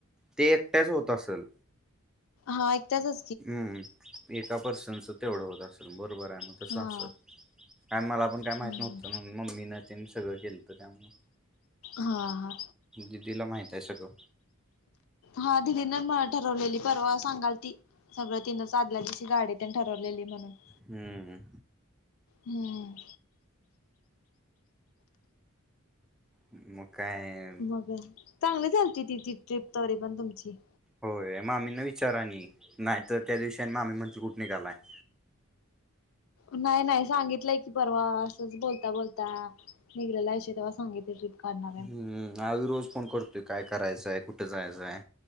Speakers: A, in the centre; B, on the left (about 70°).
A: ते त्यांट्यांच होतं असलं
B: हां एकदाचं
A: हम्मं एकां पर्सनचं तेवढं होतं असेलं बरोबर आहे मंग तसं
B: हा
A: असतं कायं मलां पणं कायं माहीत
B: हम्म
A: नव्हतं नां मम्मी नां ते सगळं केलंतं त्यामुळं
B: हां हां
A: दिदीलां माहित आहे सगळं
B: हां दिदीनं मलां ठरवलेली पर्वाचं सांगाल ती सगळं तिनं अंदल्यां दिशी गांडी त्यां ठरवलेली म्हणूंन
A: हम्म
B: हम्मं
A: मग काय
B: मंग चांगली चालते ति ती ट्रीप तरी पणं तुमची
A: होयं मामी नां विचारं आणि नाहीं तरं त्यां दिवशी मामी म्हणतिलं कुंठ निघालायं
B: नाहीं नाहीं सांगितलंय की पर्वा असंच बोलतां बोलतां निघलेलं असं तेंव्हा सांगित कर <unintelligible>
A: हम्मं आं रोज फोन करतोयं कायं करायचंय कुंठे जायचंय